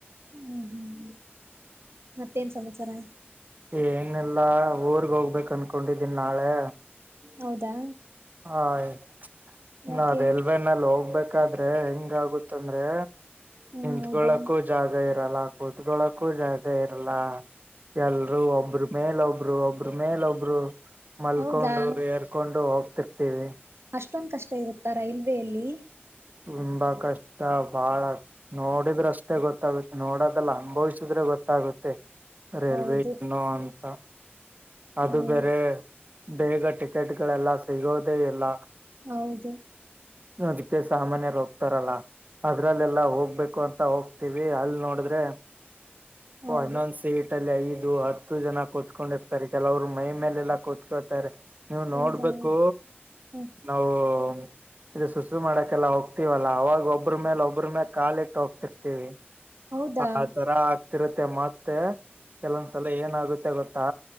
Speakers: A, on the right; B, on the right.
A: ಹ್ಮ್ ಹ್ಮ್ ಮತ್ತೇನ್ ಸಮಾಚಾರ.
B: ಏನೆಲ್ಲಾ ಊರ್ಗ್ ಹೋಗ್ಬೇಕಕ್ ಅನ್ಕೊಂಡಿದ್ದೀನ್ ನಾಳೆ.
A: ಹೌದಾ
B: ಆಯ್ತು
A: ಯಾಕೆ
B: ನಾ ರೈಲ್ವೆನಲ್ಲಿ ಹೋಗ್ಬೇಕು. ಹೋಗ್ಬೇಕಾದ್ರೆ ಹೆಂಗಾಗುತ್ತಂದ್ರೆ
A: ಹ
B: ನಿತ್ಕೊಳ್ಳಕ್ಕೂ
A: ಹೌದಾ
B: ಜಾಗ ಇರಲ್ಲ. ಇರಲ್ಲ ಕೂತ್ಕೊಳ್ಳಳಕ್ಕೂ ಜಾಗ ಇರಲ್ಲ ಎಲ್ಲಾ. ಒಬ್ರ ಮೇಲ್ ಒಬ್ರು ಒಬ್ರ ಮೇಲ್ ಒಬ್ರು ಮಲ್ಕೊಂಡು
A: ಹೌದಾ
B: ಏರ್ಕೊಂಡು ಹೋಗ್ತಾರ್ತೀವಿ. ಹೋಗ್ತಿರ್ತೀವಿ.
A: ಅಷ್ಟೊಂದ್ ಕಷ್ಟ ಇರುತ್ತ ರೈಲ್ವೆಲ್ಲಿ.
B: ತುಂಬಾ ಕಷ್ಟ ಬಾಳ ನೋಡಿದ್ರೇ ಅಷ್ಟೇ ಗೊತ್ತಾಗುತ್ತೆ ನೋಡದೆಲ್ಲ ಅನುಭವಿಸಿದ್ರೆ ಗೊತ್ತಾಗುತ್ತೆ. ಗೊತ್ತಾಗುತ್ತೆ ರೈಲ್ವೆ
A: ಹೌದು
B: ಏನು ಅಂತ. ಅದು
A: ಹ್ಮ್
B: ಬೇರೆ ಬೇಗ ಟಿಕೆಟ್ಗಳೆಲ್ಲ ಸಿಗೋದೇ ಇಲ್ಲ.
A: ಹೌದು.
B: ಅದಕ್ಕೆ ಸಾಮಾನ್ಯರು ಹೋಗ್ತಾರಲ್ಲ. ಅದ್ರಲ್ಲೆಲ್ಲಾ ಹೋಗ್ಬೇಕು ಅಂತ ಹೋಗ್ತೀವಿ ಅಲ್ ನೋಡಿದ್ರೆ.
A: ಹೌದು
B: ಒನ್ ಒನ್ ಸೀಟ್ ಅಲ್ಲಿ ಐದು ಹತ್ತು ಜನ ಕೂತ್ಕೊಂಡಿರ್ತಾರೆ. ಕುತ್ಕೊಂಡಿತಾರೆ ಕೆಲವ್ರು ಮೈ ಮೇಲೆಲ್ಲ ಕೂತ್ಕೋತಾರೆ. ನೀವು
A: ಹೌದಾ
B: ನೋಡ್ಬೇಕು
A: ಹ
B: ನಾವು. ಈಗ ಸುಸು ಮಾಡಕೆಲ್ಲಾ ಹೋಗ್ತೀವಲ್ಲ ಅವಾಗ ಒಬ್ರ ಮೇಲೆ ಒಬ್ರ ಮೇಲೆ ಕಾಲಿಟ್ಟ್ ಹೋಗ್ತಿರ್ತಿವಿ.
A: ಹೌದಾ
B: ಆ ತರ ಆಗ್ತಿರುತ್ತೆ ಮತ್ತೆ ಕೆಲವೊಂದ್ಸಲ ಏನಾಗುತ್ತೆ ಗೊತ್ತಾ.